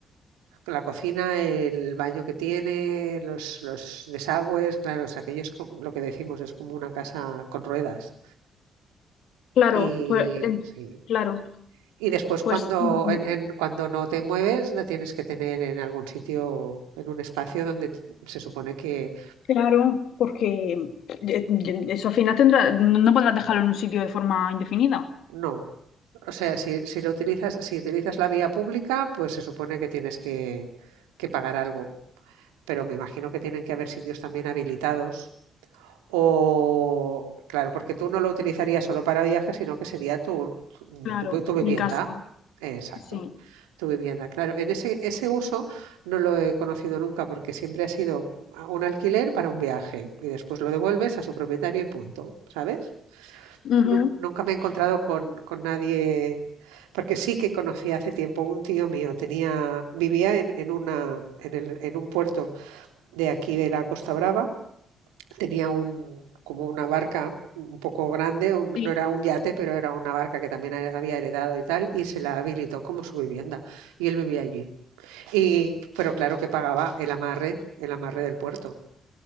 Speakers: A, on the right (about 80°); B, on the left (about 70°).
A: la cocina, el baño que tiene, los, los desagües, claro, o sea, aquello es co- lo que decimos, es como una casa con ruedas.
B: Claro,
A: Y
B: pues eh,
A: sí.
B: claro,
A: Y después cuando,
B: pues mm,
A: en, en- cuando no te mueves, la tienes que tener en algún sitio, en un espacio donde t- se supone que
B: Claro, porque eh, eso al final tendrá, no no podrás dejarlo en un sitio de forma indefinida.
A: no. O sea, si, si lo utilizas, si utilizas la vía pública, pues se supone que tienes que, que pagar algo. pero me imagino que tienen que haber sitios también habilitados o, claro, porque tú no lo utilizarías solo para viajes, sino que sería tu, tu,
B: Claro,
A: tu- tu vivienda.
B: mi casa,
A: Exacto,
B: sí.
A: tu vivienda. Claro, en ese, ese uso no lo he conocido nunca porque siempre ha sido un alquiler para un viaje y después lo devuelves a su propietario y punto, ¿sabes?
B: Ujú.
A: Nu- Nunca me he encontrado con, con nadie, porque sí que conocí hace tiempo un tío mío, tenía, vivía en, en una, en el- en un puerto de aquí de la Costa Brava. Tenía un, como una barca un poco grande, un-
B: Sí.
A: no era un yate, pero era una barca que también había heredado y tal, y se la habilitó como su vivienda. Y él vivía allí. Y, pero claro que pagaba el amarre, el amarre del puerto.